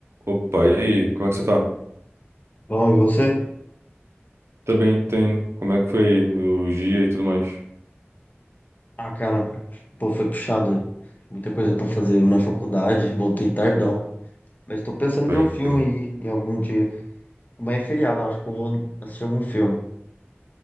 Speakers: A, on the right (about 75°); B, on the left (about 40°).
A: Opa, e aí? Como é que você tá?
B: Bom, e você?
A: Tá bem, tá Como é que foi o dia e tudo mais?
B: Ah, cara, pô, foi puxado. Muita coisa pra fazer na faculdade. Voltei tardão. Mas tô pensando em
A: Pode
B: ver um filme
A: crer.
B: aí em algum dia. Amanhã é feriado, acho que eu vou assistir algum filme.